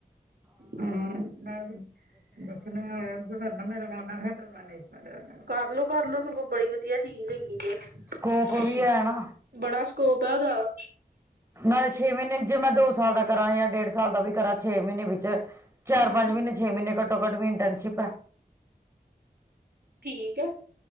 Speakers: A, on the right; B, on the right.
A: ਹਮ, ਮੈਂ ਵੀ ਦੇਖਣਾ ਆ ਕਰਨਾ ਮੇਰਾ ਮਨ ਐ ਹੋਟਲ ਮੈਨੇਜਮੈਂਟ ਦਾ ਹੇਗਾ ਏ, ਕਰਲੋ-ਕਰਲੋ ਸਗੋਂ ਬੜੀ ਵਧੀਆ ਚੀਜ਼ ਹੈਗੀ ਜੇ।
B: ਸਕੋਪ ਵੀ ਹੈ ਨਾ
A: ਬੜਾ ਸਕੋਪ ਹੈ ਓਹਦਾ।
B: ਨਾਲੇ ਛੇ ਮੀਨੇ, ਜੇ ਮੈਂ ਦੋ ਸਾਲ ਦਾ ਕਰਾਂ ਯਾ ਡੇਢ ਸਾਲ ਦਾ ਵੀ ਕਰਾਂ ਛੇ ਮੀਨੇ ਵਿੱਚ, ਚਾਰ
A: ਹਮ
B: ਪੰਜ ਮੀਨੇ ਛੇ ਮੀਨੇ ਘੱਟੋ ਘੱਟ ਵੀ ਇੰਟਰਨਸ਼ਿਪ ਐ।
A: ਠੀਕ ਐ,